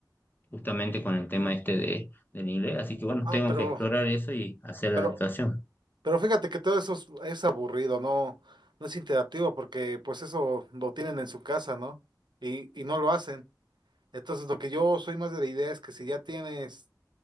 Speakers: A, on the left; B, on the right.
A: justamente con el tema este de, del inglés, así que bueno,
B: Ah,
A: tengo
B: pero,
A: que explorar eso y hacer
B: pero,
A: la adaptación.
B: pero fíjate que todo eso es, es aburrido, no, no es interactivo porque pues eso lo tienen en su casa, ¿no? Y, y no lo hacen. Entonces lo que yo soy más de la idea es que si ya tienes